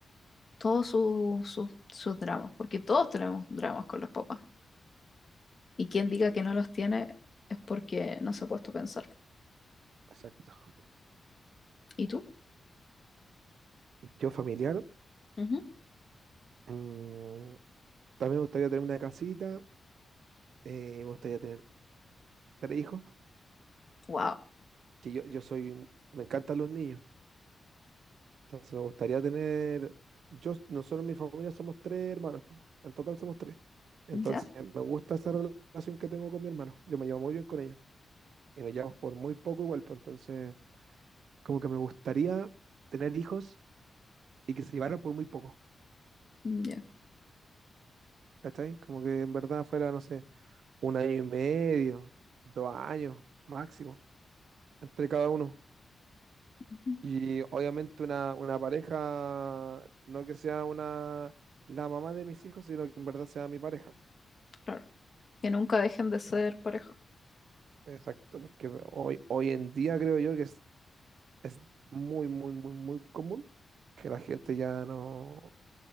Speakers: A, on the left; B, on the right.
A: todos sus, sus, sus dramas, porque todos tenemos dramas con los papás. Y quien diga que no los tiene es porque no se ha puesto a pensar.
B: Exacto.
A: ¿Y tú?
B: Yo familiar,
A: Ujú.
B: mm, también me gustaría tener una casita, eh, me gustaría tener tres hijos,
A: Wow.
B: que yo, yo soy, un- me encantan los niños, Entonces me gustaría tener, yo, nosotros en mi familia somos tres hermanos, po. En total somos tres. Entonces
A: ¿Ya?
B: me gusta esa relación que tengo con mi hermano. Yo me llevo muy bien con ellos y nos llevamos por muy poco igual, pues entonces como que me gustaría tener hijos y que se llevaran por muy poco,
A: Ya.
B: ¿cachai? Como que en verdad fuera, no sé, un año y medio, dos años máximo entre cada uno.
A: Ujú.
B: Y obviamente una, una pareja, no que sea una, la mamá de mis hijos, sino que en verdad sea mi pareja.
A: Claro. Que nunca dejen de ser pareja.
B: Exacto, porque hoy, hoy en día creo yo que es, es muy, muy, muy, muy común que la gente ya no